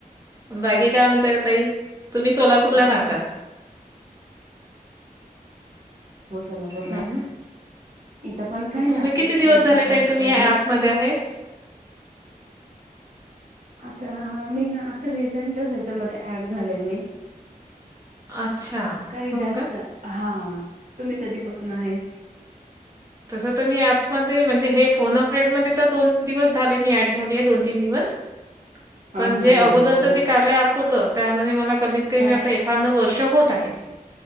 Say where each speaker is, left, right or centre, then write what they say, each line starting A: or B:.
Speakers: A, on the right; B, on the right.
A: बाकी काय म्हणताय ताई? तुम्ही सोलापूरला
B: काय
A: राहता.
B: हो, सोलापुरला.
A: ह ना
B: इथं पण काय नाही,
A: तुम्ही
B: आत्ताच
A: किती दिवस
B: थोडफार
A: झाले
B: पाऊस
A: ताई तुम्ही
B: पडला.
A: या ऍपमध्ये आहे
B: आता... मी ना, आता रिसेंटच ह्याच्यामध्ये ऍड झालेय मी.
A: अच्छा
B: काही
A: हो
B: जास्त...
A: का
B: हा, तुम्ही कधीपासून आहे?
A: तस तर मी ऍपमध्ये, म्हणजे, हे फोन-अ-फ्रेंड मध्ये तर दोन दिवस झाले, मी ऍड झालीय दोन-तीन दिवस,
B: हा
A: पण
B: हा
A: जे
B: हा
A: अगोदरच
B: हा हा
A: जे <inaudible> होतं, त्यामध्ये मला कमीत कमी
B: हा
A: आता एखादं वर्ष होत आहे.